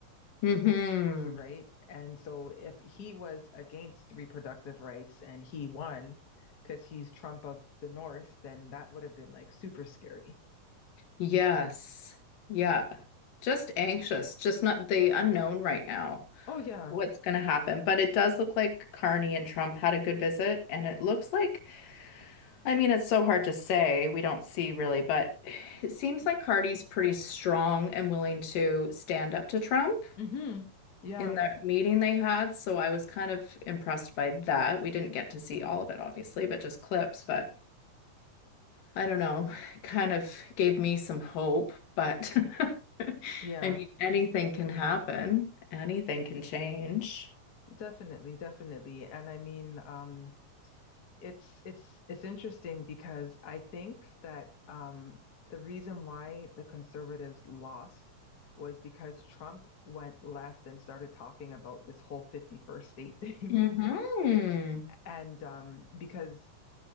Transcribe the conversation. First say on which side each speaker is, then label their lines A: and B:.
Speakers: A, on the left (about 80°); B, on the left (about 35°).
A: Mm-hmm.
B: right? And so if he was against reproductive rights and he won because he's Trump of the North, then that would have been like super scary.
A: Yes. Yeah. Just anxious, just not the unknown right now.
B: Oh yeah.
A: What's going to happen? But it does look like Carney and Trump had a good visit, and it looks like I mean, it's so hard to say. We don't see really, but <sighs> it seems like Cardi's pretty strong and willing to stand up to Trump
B: hmm Yeah.
A: in the meeting they had. So I was kind of impressed by that. We didn't get to see all of it, obviously, but just clips. But I don't know, <sighs> kind of gave me some hope. But <laughs>
B: Yeah.
A: I mean, anything can happen, anything can change.
B: Definitely, definitely. And I mean, um, it's it's it's interesting because I think that um the reason why the conservatives lost was because Trump went left and started talking about this whole 51st state thing.
A: Mm-hmm.
B: <laughs> And um, because